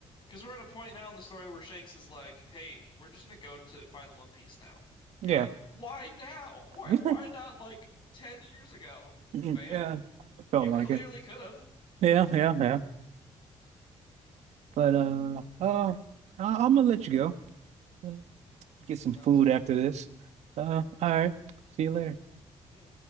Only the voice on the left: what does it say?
cause we're at a point now in the story where Shanks is like, "Hey, we're just gonna go to find the One Piece now." And
you're like, "Why now? Why
why not like 10 years ago,
man?"
You clearly
could have.
Sounds
good.
Sounds
good.
See ya.